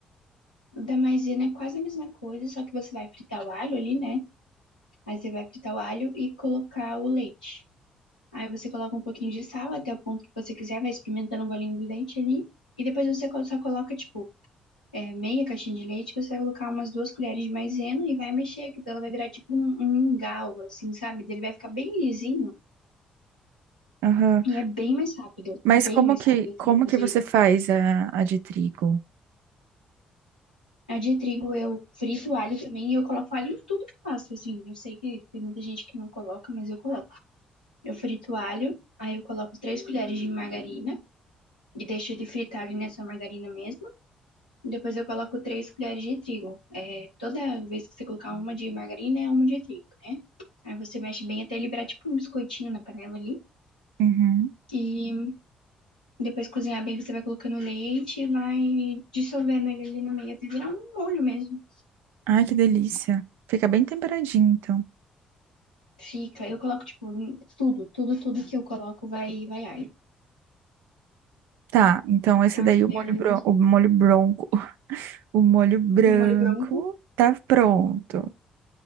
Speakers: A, on the left (about 85°); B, on the right (about 60°).
A: O da maisena é quase a mesma coisa, só que você vai fritar o alho ali, né? Aí você vai fritar o alho e colocar o leite. Aí você coloca um pouquinho de sal até o ponto que você quiser, vai experimentando o golinho do leite ali. E depois você só coloca, tipo, é, meia caixinha de leite, você vai colocar umas duas colheres de maisena e vai mexer, que ela vai virar tipo um, um mingau, assim, sabe? Ele vai ficar bem lisinho.
B: aham.
A: E é bem mais rápido,
B: Mas
A: bem
B: como
A: mais
B: que,
A: rápido
B: como
A: também fazer
B: que você
A: isso.
B: faz a, a de trigo?
A: A de trigo eu frito o alho também e eu coloco alho em tudo que eu faço, assim. Eu sei que tem muita gente que não coloca, mas eu coloco. Eu frito o alho, aí eu coloco três colheres de margarina e deixo ele fritar ali nessa margarina mesmo. Depois eu coloco três colheres de trigo. É, toda vez que você colocar uma de margarina, é uma de trigo, né? Aí você mexe bem até ele virar tipo um biscoitinho na panela ali.
B: Uhum.
A: E Depois de cozinhar bem, você vai colocando leite e vai dissolvendo ele ali no meio até virar um molho mesmo.
B: Ai, que delícia. Fica bem temperadinho, então.
A: Fica, eu coloco, tipo, tudo, tudo, tudo que eu coloco vai, vai alho.
B: Tá, então esse
A: Aí,
B: daí, o molho, bron o molho bronco, <laughs> o molho branco
A: um molho branco,
B: tá pronto.